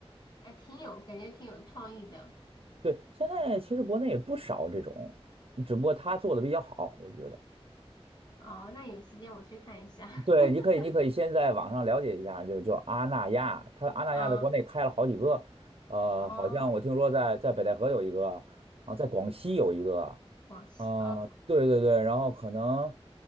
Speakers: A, on the left (about 40°); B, on the right (about 65°).
A: 哎，挺有感觉，挺有创意的。
B: 对，现在其实国内也不少这种，只不过他做的比较好，我觉得。
A: 哦，那有时间我去看一下。
B: 对，
A: <laughs>
B: 你可以，你可以先在网上了解一下，就叫阿那亚，它阿那亚在国内开了好几个，
A: 啊，
B: 呃，
A: 哦，
B: 好像我听说在在北戴河有一个，啊，在广西有一个，
A: 广西哦。
B: 呃，对对对，然后可能